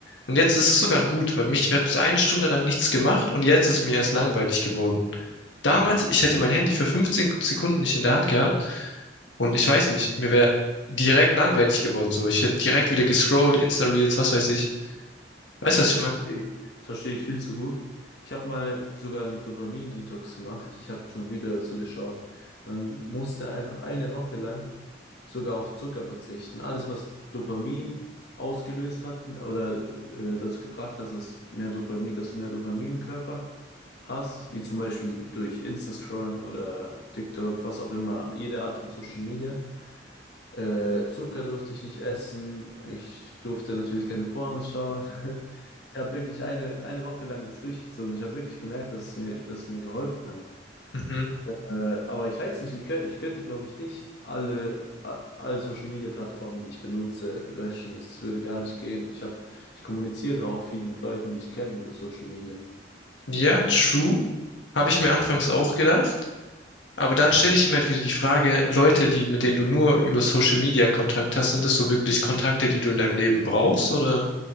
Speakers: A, on the left; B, on the left.
A: Und jetzt ist es sogar ein gut, weil mich, ich habe eine Stunde lang nichts gemacht und jetzt ist mir erst langweilig geworden. Damals, ich hätte mein Handy für 15 Sekunden nicht in der Hand gehabt und ich weiß nicht, mir wäre direkt langweilig geworden. So, ich hätte direkt wieder gescrollt, Insta-Reels, was weiß ich. Weißt
B: Ja,
A: du, was
B: das
A: ich meine?
B: verstehe ich. Das verstehe ich viel zu gut. Ich habe mal sogar einen Dopamin-Detox gemacht. Ich habe so ein Video dazu geschaut. Man musste einfach eine Woche lang sogar auf Zucker verzichten. Alles, was Dopamin ausgelöst hat oder äh, dazu gebracht hat, dass mehr Dopamin, dass du mehr Dopamin im Körper hast, wie zum Beispiel durch Insta-Scrollen oder TikTok, was auch immer, jede Art von Social Media. Äh, Zucker durfte ich nicht essen. Ich durfte natürlich keine Pornos schauen. <laughs> Ich habe wirklich eine, eine Woche lang das durchgezogen. Ich habe wirklich gemerkt, dass es mir, dass es mir geholfen hat.
A: Mhm.
B: Äh, aber ich weiß nicht, ich, kö- ich könnte, glaube ich, nicht alle, a- alle Social Media Plattformen, die ich benutze, löschen. Das würde gar nicht gehen. Ich habe, ich kommuniziere auch viel mit Leuten, die ich kenne über Social Media.
A: Ja, true. Habe ich mir anfangs auch gedacht. Aber dann stelle ich mir halt wieder die Frage, Leute, die, mit denen du nur über Social Media Kontakt hast, sind das so wirklich Kontakte, die du in deinem Leben brauchst oder